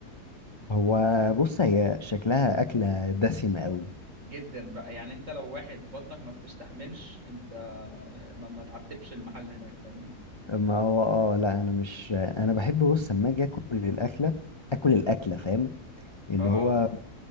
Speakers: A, on the left; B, on the right.
A: هو بص هي شكلها أكلة دسمة قوي
B: جدا بقى يعني انت لو واحد بطنك ما بتستحملش انت ما, ما تعتبش المحل هناك فاهمني
A: ما هو اه لا انا مش انا بحب بص لما اجي اكل الاكله اكل الاكله فاهم اللي
B: اه
A: هو